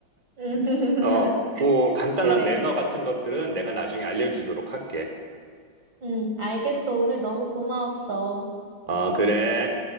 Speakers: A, on the right; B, on the right.
A: 음. <laughs>
B: <laughs> 어, 그 간단한
A: 그래,
B: 매너
A: 그래.
B: 같은 것들은 내가 나중에 알려주도록 할게.
A: 응, 알겠어. 오늘 너무 고마웠어.
B: 어, 그래.